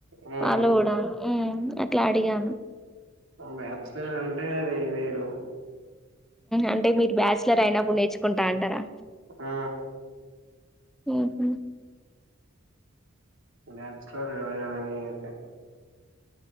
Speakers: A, on the right; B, in the centre.
A: ఉమ్
B: వాళ్ళు కూడా ఉ అట్లా అడిగాను
A: బ్యాచలర్ అంటే అది వేరు
B: అంటే మీరు బ్యాచలర్ అయినప్పుడు నేర్చుకుంటా అంటారా
A: ఆ
B: ఉహు
A: బాచులర్నియితే